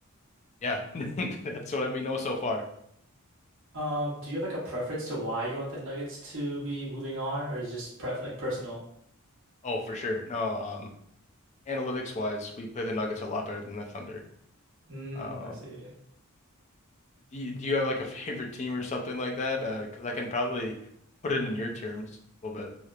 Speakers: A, on the left; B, on the right.
A: yeah, <laughs>
B: hmm
A: that's what we know so far.
B: Um, do you have like a preference to why you want the Nuggets to be moving on, or is it just pref like personal?
A: Oh, for sure. No, um, analytics wise, we play the Nuggets a lot better than the Thunder.
B: Mm,
A: Um.
B: I see.
A: Do you, do you have like a <laughs> favorite team or something like that? Uh, because I can probably put it
B: Mm.
A: in your terms a little bit.